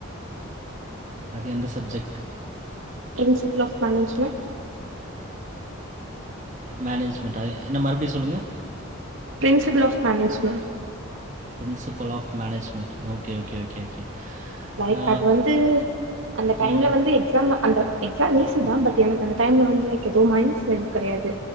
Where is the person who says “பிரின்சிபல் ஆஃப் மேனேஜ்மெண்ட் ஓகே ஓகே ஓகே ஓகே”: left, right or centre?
Right